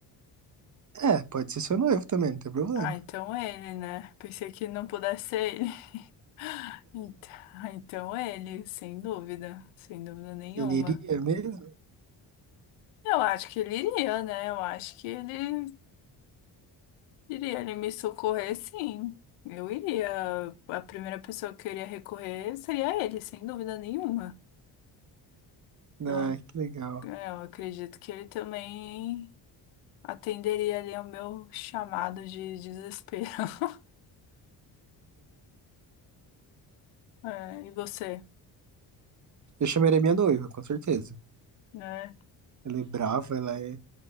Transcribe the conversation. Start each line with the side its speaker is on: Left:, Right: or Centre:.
Right: É, pode ser seu noivo também, não tem problema.
Left: Ah, então é ele, né? Pensei que não pudesse ser ele. <laughs> Então, então é ele, sem dúvida. Sem dúvida nenhuma.
Right: Ele iria mesmo?
Left: Eu acho que ele iria, né? Eu acho que ele iria. Ele me socorrer, sim. Eu iria. A primeira pessoa que eu iria recorrer seria ele, sem dúvida nenhuma. Então,
Right: Ah, que legal.
Left: É, Eu acredito que ele também atenderia ali ao meu chamado de desespero. <laughs> É, e você,
Right: Eu chamaria minha noiva, com certeza.
Left: né?
Right: Ela é brava, ela é,